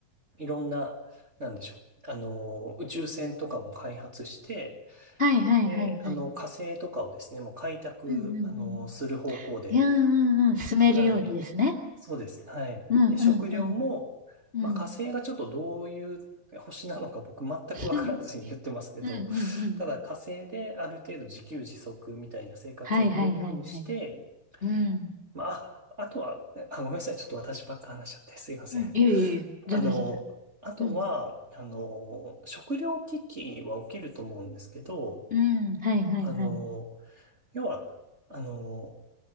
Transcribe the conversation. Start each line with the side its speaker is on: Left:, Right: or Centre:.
Right: いろんな、なんでしょう。あの、宇宙船とかも開発して、
Left: はいはいはいはい。
Right: で、あの、火星とかをですね、もう開拓、
Left: うんうんうん。
Right: あの、する方向で、
Left: いや、うんうんうん。進めるようにですね。
Right: はい。そうです。はい。
Left: うんうんうん。
Right: で、食料も、
Left: うん。
Right: まあ、火星がちょっとどういう星なのか僕全くわからずに言ってますけど、
Left: <laughs> うんうんうん。
Right: ただ火星である程度自給自足みたいな生活を送れるようにして、
Left: はいはいはいはい。うん。
Right: まあ、ああとは、あ、ごめんなさい。ちょっと私ばっか話しちゃってすいません。
Left: うん。いえいえいえ。全然全然。
Right: あの、あとは、
Left: うん。
Right: あの、食料危機は起きると思うんですけど、
Left: うん。はいはいはい。
Right: あの、要は、あの、